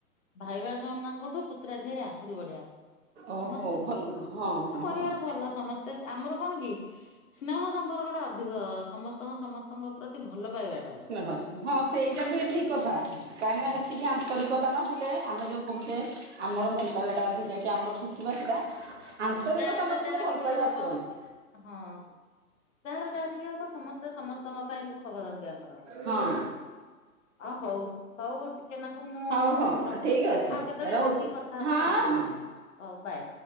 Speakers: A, on the left (about 55°); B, on the right (about 50°).
A: ଭାଇ ଭାଉଜ ମାନଙ୍କଠୁ ପୁୁତୁରା ଝିଆରି ଆହୁରି ବଢ଼ିଆ।
B: ଓହୋ
A: ସମସ୍ତେ ଭଲ ହଁ ଆମ
B: ହଁ
A: ପରିବାର
B: ହଁ
A: ଭଲ ସମସ୍ତ ତେ ଆମର କଣ କି ସ୍ନେହ ସମ୍ପର୍କ ଟା ଅଧିକ ସମସ୍ତଙ୍କ ସମସ୍ତଙ୍କ ପ୍ରତି ଭଲ ପାଇବା
B: ସ୍ନେହ ହଁ ସେଇଟା ବି ଠିକ୍ କଥା
A: ହୁଁ
B: କାହିଁକିନା
A: ହୁଁ।
B: ହେ ତିକି ଆନ୍ତରିକତା ନହେଲେ ଆମେ ଯଉଁ କହୁଚେ ଆମର ଭଲପାଇବାଟା ଅଧିକା କି ଆମର ଖୁସି ବାସିଟା ଆନ୍ତରିକତା
A: ଯାହାର
B: ନଥିଲେ
A: ଯାହା
B: ଭଲ
A: ଟିକେ
B: ପାଇବା
A: ହବ
B: ଆସିବନି।
A: ହଁ ଯାହାର ଯାହା ଟିକେ ହବ ସମସ୍ତେ ସମସ୍ତଙ୍କ ପାଇଁ ଦୁଃଖ କରନ୍ତି ଆମର।
B: ହଁ।
A: ଅଁ ହଉ ହଉ ଟିକେ ନାକୁ ମୁଁ ଉଁ ଉଁ
B: ହଉ ହଉ
A: ଉଁ ରଖୁଚି
B: ଠିକ୍ ଅଛି
A: ଆଉ କେତେବେଳେ
B: ରହୁଛି
A: ଦେଖିକି କ ଥା ହବା
B: ହଁ
A: ଆଉ ହଉ
B: ହଁ
A: ହଉ ବାଏ।